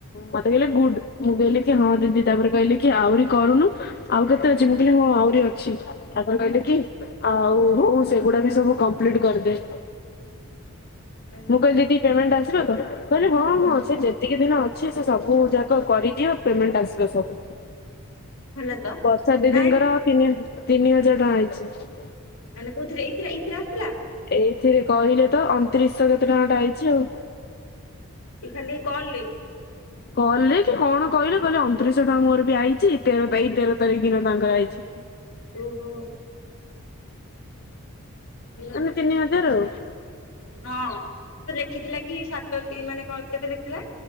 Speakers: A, on the left (about 45°); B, on the left (about 70°).
A: ମତେ କହିଲେ ଗୁଡ ମୁଁ କହିଲି କି ହଁ ଦିଦି ତାପରେ କହିଲେ କି ଆହୁରି କରୁନୁ। ଆଉ କେତେ
B: ହୁଁ
A: ଅଛି ମୁଁ କହିଲି ହଁ ଆହୁରି ଅଛି ତାପରେ କହିଲେ
B: ହୁଁ
A: କି ଆଉ ହଉ ସେଗୁଡା ବି ସବୁ କମ୍ପ୍ଲିଟ କରିଦେ।
B: ଓହୋ
A: ମୁଁ କହିଲି ଦିଦି ପେମେଣ୍ଟ ଆସିବ ତ? କହିଲେ ହଁ
B: ହୁଁ
A: ହଁ ସେ ଯେତିକି ଦିନ ଅଛି ସେ ସବୁ ଯାକ କରିଦିଅ ପେମେଣ୍ଟ ଆସିବ ସବୁ।
B: ଭଲ ତ
A: ବର୍ଷା ଦିଦିଙ୍କର
B: ନାଇଁ
A: ତିନି ତିନି ହଜାର ଟଙ୍କା ଆଇଛି।
B: ମାନେ କୋଉଥିରେ ଇଥିରେ ଇଥିରେ ଆସିଥିଲା?
A: ଏଇଥିରେ କହିଲେ ତ ଅଣତିରିଶଶହ କେତେ ଟଙ୍କା ଗୋଟେ ଆଇଛି ଆଉ।
B: ଖାଲି ଏ କଲରେ?
A: କଲେ କି କଣ କହିଲେ କହିଲେ ଅଣତିରିଶ ଟଙ୍କା ମୋର ବି ଆଇଛି ତେର ତା ତେର ତାରିଖ ଦିନ ତାଙ୍କର ଆଇଛି।
B: ଓହୋ! <unintelligible>
A: ମାନେ ତିନି ହଜାର ଆଉ
B: ହଁ ସେ ଲେଖିଥିଲା କି ସାତଟି ମାନେ କଣ କେତେ ଲେଖିଥିଲା?